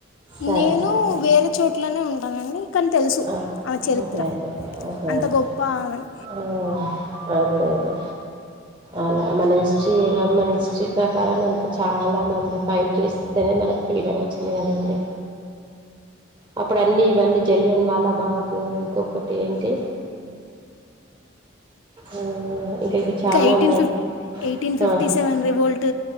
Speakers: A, on the right (about 25°); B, on the left (about 75°).
A: సరే
B: నేను
A: సరే
B: వేరే చోట్లోనే ఉంటానండి కానీ తెలుసు
A: ఆ
B: ఆమె చరిత్ర
A: అదే అదే అదే
B: అంత
A: అదే
B: గొప్ప ఆమె
A: ఆ అదే అదే అలా మన హిస్టరీ మన హిస్టరీ ప్రకారం అంత చాలా మంది ఫైట్ చేస్తనే మనకి ఫ్రీడం వచ్చింది కదండి అప్పుడు అన్నిీ ఇవన్నీ జలియన్ వాలా బాగ్ ఇంకొకటి ఏంటి ఆ ఇంకా ఇ చాలా
B: ఎయిటీన్
A: ఉన్నాయి
B: ఫిఫ్ ఎయిటీన్ ఫిఫ్టీ
A: ఆ
B: సెవెన్ రివోల్ట్